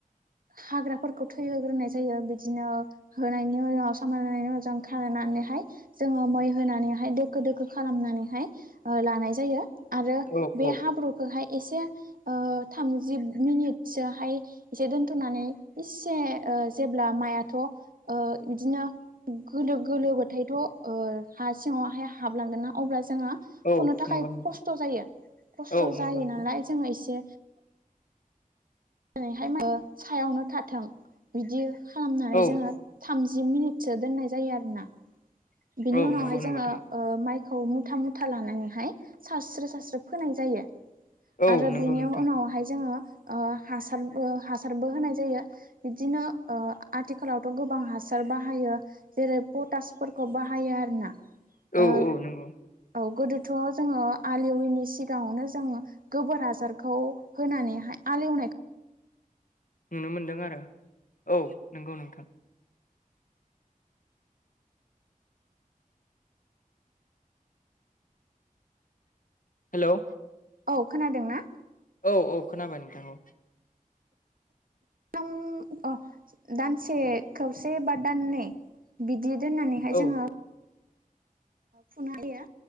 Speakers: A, on the right (about 75°); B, on the left (about 65°).
A: हाग्राफोरखौ थैहोग्रोनाय जायो बिदिनो होनायनि उनाव सामान होनायनि उनाव जों खारायनाय नानैहाय जोङो मै होनानैहाय दोखो दोखो खालामनानैहाय लानाय जायो। आरो
B: औ
A: बे
B: औ
A: हाब्रुखौहाय एसे थामजि मिनिटसोहाय एसे दोन खाथ'नानै इसे ओ जेब्ला माइआथ' ओ बिदिनो गोलो गोलोबाथायथ' हा सिङावहाय हाबलांगोन ना अब्लासो जोङो
B: औ
A: फुनो थाखाय
B: नंगौ नोंथां
A: खस्थ' जायो खस्थ'
B: औ
A: जायो
B: नंगौ नंगौ
A: नालाय जोङो एसे दिनैहाय माया सायावनो थाथों बिदि खालामनानै
B: औ
A: जोङो थामजि मिनिटसो दोननाय जायो आरोना बिनि
B: औ
A: उनावहाय
B: नंगौ नंगौ
A: जोङो
B: नोंथां
A: माइ खौ मुथा मुथा लानानैहाय सारस्रो सारस्रो फोनाय जायो
B: औ
A: आरो
B: नंगौ
A: बेनि
B: नोंथां
A: उनावहाय जोङो ओ हासारबो हासारबो होनाय जायो बिदिनो ओ आथिखालावथ' गोबां हासार बाहायो जेरै पटास फोर खौ बाहायो आरोना
B: औ
A: ओ
B: औ नंगौ
A: औ गोदोथ' जोङो आलि एविनि सिगाङावनो जोङो गोबोर हासारखौ होनानैहाय एवनाय
B: नुनो मोनदों आरो औ नंगौ नोंथां हेलौ
A: औ खोनादों ना
B: औ औ खोनाबाय नोंथां औ
A: दाम ओ दानसे खवसे बा दाननै बि बिदि दोननानैहाय
B: औ
A: जोङो फुनो होयो